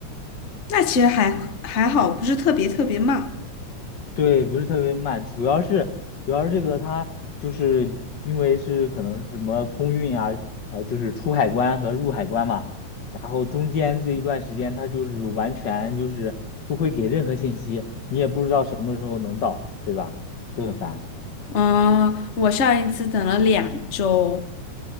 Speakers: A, on the left; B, on the left.
A: 那其实还还好，不是特别特别慢。
B: 对，不是特别慢，主要是主要是这个它就是因为是可能是什么空运啊，呃，就是出海关和入海关嘛，然后中间这一段时间它就是完全就是不会给任何信息，你也不知道什么时候能到，对吧？就很烦。
A: 嗯，我上一次等了两周，